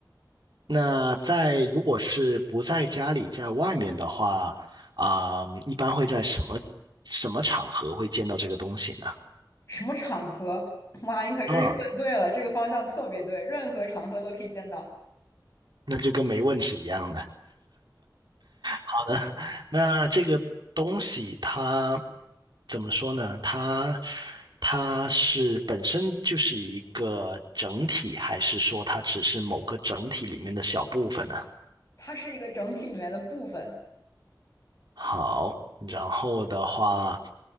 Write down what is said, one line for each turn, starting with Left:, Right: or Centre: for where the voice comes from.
Right: 那在如果是不在家里，在外面的话，啊、一般会在什么什么场合会见到这个东西呢？
Left: 什么场合？哇，你可真是问对了，
Right: 啊，
Left: 这个方向特别对，任何场合都可以见到。
Right: 那就跟没问是一样的。好的，<laughs> 那这个东西它怎么说呢？它它是本身就是一个整体，还是说它只是某个整体里面的小部分呢？
Left: 它是一个整体里面的部分，
Right: 好，然后的话，